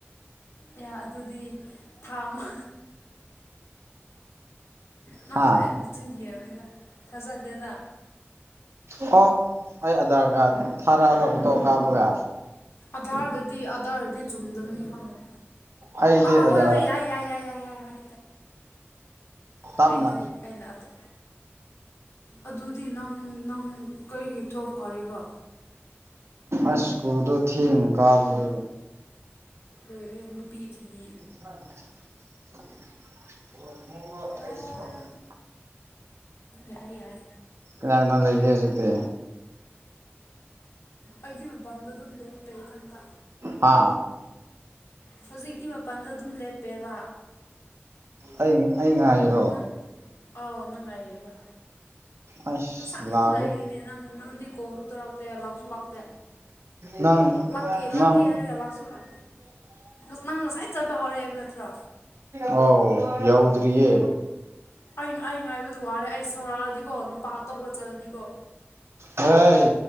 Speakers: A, on the left; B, on the right.
A: ꯑꯦ ꯑꯗꯨꯗꯤ ꯊꯥꯃ ꯅꯪꯁꯦ
B: ꯍꯥ
A: ꯆꯤꯟꯊꯑꯕꯅꯤꯗ ꯊꯥꯖꯗꯦꯗ
B: ꯍꯣ ꯑꯩ ꯑꯙꯥꯔ ꯀꯥꯔꯗ ꯊꯥꯔꯛꯑꯔ ꯐꯣꯇꯣ ꯀꯥꯞꯄꯒ
A: ꯑꯙꯥꯔꯗꯗꯤ ꯑꯙꯥꯔꯗꯗꯤ ꯆꯨꯝꯗꯕꯅꯤ ꯈꯪꯉꯦ
B: ꯑꯩꯗꯤ
A: ꯑ ꯍꯣꯏ
B: ꯑꯙꯥꯔ
A: ꯍꯣꯏ ꯌꯥꯏ ꯌꯥꯏ ꯌꯥꯏ ꯌꯥꯏ ꯌꯥꯏ ꯍꯣꯏ
B: ꯇꯞꯅ
A: ꯑꯩꯗꯤ ꯑꯩꯅ ꯑꯗꯨꯣ ꯑꯗꯨꯗꯤ ꯅꯪ ꯅꯪ ꯀꯔꯤꯒꯤ ꯊꯣꯈꯣꯔꯤꯕꯣ
B: ꯑꯁ ꯁ꯭ꯀꯨꯜꯗꯣ ꯊꯦꯡꯅ ꯀꯥꯕꯗꯨꯗ
A: ꯔꯔ ꯐ ꯊꯒꯤ
B: <unintelligible>
A: ꯑꯥ ꯌꯥꯏ ꯌꯥꯏ
B: ꯀꯅꯥ ꯀꯅꯥ ꯂꯩꯒꯦ ꯍꯧꯖꯤꯛꯇꯤ
A: ꯑꯩꯗꯤ ꯃꯄꯥꯟꯗ ꯑꯗꯨꯝ ꯂꯦꯞꯄꯦ ꯏꯊꯟꯇ
B: ꯍꯥ
A: ꯍꯧꯖꯤꯛꯇꯤ ꯃꯄꯥꯟꯗ ꯑꯗꯨꯝ ꯂꯦꯞꯄꯦꯕ
B: ꯑꯩ ꯑꯩ ꯉꯥꯏꯌꯨ
A: ꯅꯪ ꯑꯥꯎ ꯅꯪꯉꯥꯏꯌꯦꯕ
B: ꯑꯁ
A: ꯉꯁꯥꯏꯗꯩ
B: ꯂꯥꯛꯑꯒꯦ
A: ꯉꯥꯏꯔꯤꯅꯦ ꯅꯪ ꯅꯪꯗꯤ ꯀꯣꯜꯁꯨ ꯇꯧꯔꯛꯇꯦ ꯂꯥꯛꯁꯨ ꯂꯥꯛꯇꯦ
B: ꯅꯪ
A: ꯂꯥꯛꯀꯦ ꯂꯥꯛꯀꯦ
B: ꯅꯪ
A: ꯍꯥꯏꯔꯒ ꯂꯥꯛꯁ ꯂꯥꯛ <unintelligible> ꯅꯪ ꯉꯁꯥꯏ ꯆꯠꯄ ꯍꯧꯔꯛꯑꯦꯕ ꯅꯠꯇ꯭ꯔꯣ
B: ꯑꯣ ꯌꯥꯎꯗ꯭ꯔꯤꯌꯦ
A: ꯑꯩ ꯑꯩ ꯉꯥꯏꯕꯗꯨ ꯋꯥꯔꯦ ꯑꯩ ꯁꯧꯔꯛꯑꯗꯤꯀꯣ ꯅꯨꯄꯥ ꯑꯇꯧꯄꯒ ꯆꯠꯂꯅꯤꯀꯣ
B: ꯍ‌ꯦ